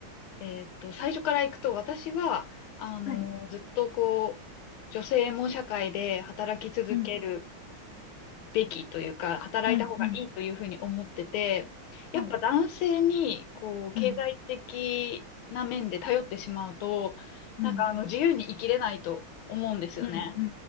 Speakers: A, on the left; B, on the left.
A: えーっと、最初から行くと、私は、あのーずっとこう、
B: ん。はい。
A: 女性も社会で働き続ける
B: うん。
A: べきというか、働いた方がいいというふうに思ってて、
B: うんうん
A: やっぱ男性に、
B: はい。
A: こう、
B: うん。
A: 経済的な面で頼ってしまうと、
B: うん。
A: なんかあの、自由に生きれないと思うんですよね。
B: うん。うん。